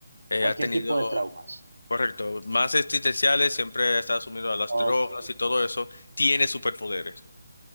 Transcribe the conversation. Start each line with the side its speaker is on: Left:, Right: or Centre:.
Left: eh,
Right: Cualquier
Left: ha tenido,
Right: tipo de traumas.
Left: correcto, más existenciales, siempre está sumido a las
Right: Ok,
Left: drogas y todo eso, tiene superpoderes.